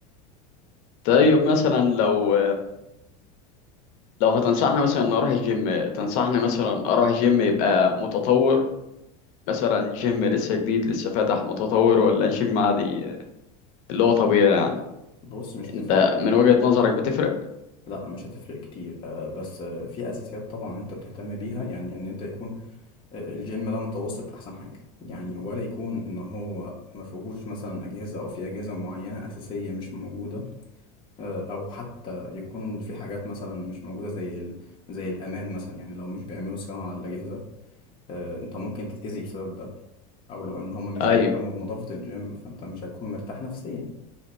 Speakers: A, on the left; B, on the left.
A: طيب مثلا لو لو هتنصحني مثلا ان اروح الجيم تنصحني مثلا اروح جيم يبقى متطور مثلا جيم لسه جديد لسه فاتح متطور ولا جيم عادي اللي هو طبيعي يعني
B: بص مش هتفرق
A: انت
B: كتير
A: من وجهة نظرك بتفرق
B: لا مش هتفرق كتير آه، بس آه، في اساسيات طبعا انت بتهتم بيها يعني ان انت يكون آه، الجيم ده متوسط احسن حاجه يعني ولا يكون ان هو ما فيهوش مثلا اجهزه او في اجهزه معينه اساسيه مش موجوده آه، او حتى يكون في حاجات مثلا مش موجوده زي ال... زي الامان مثلا يعني لو مش بيعملوا صيانه على الاجهزه آه، انت ممكن تتاذي بسبب ده او لو ان هم مش
A: ايوه
B: بيهتموا بنظافه الجيم فانت مش هتكون مرتاح نفسيا